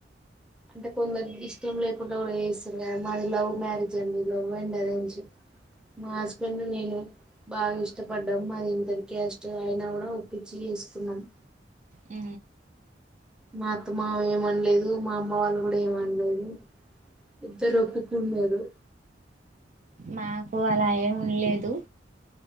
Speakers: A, in the centre; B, on the right.
A: అంటే కొందరికి ఇష్టం లేకుండా కూడ చేస్తారు కదా మాది లవ్ మ్యారేజ్ అండి లవ్ అండ్ అరేంజ్ మా హస్బెండ్ నేను బాగా ఇష్టపడ్డాము మాది ఇంటర్ క్యాస్ట్ కూడ ఒప్పించి చేసుకున్నామ్
B: ఊ
A: మా అత్తమ ఏమనలేదు మా అమ్మ వాళ్ళు కూడ ఏమనలేదు ఇద్దరు ఒప్పుకున్నారు
B: మాకు అల ఏంలేదు